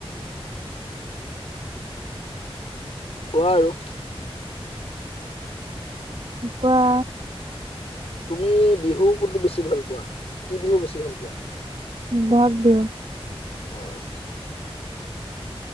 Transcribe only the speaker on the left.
কোৱা আৰু
তুমি বিহু কোনতটো বেছি ভাল পোৱা কি বিহু বেছি ভাল পোৱা
অ '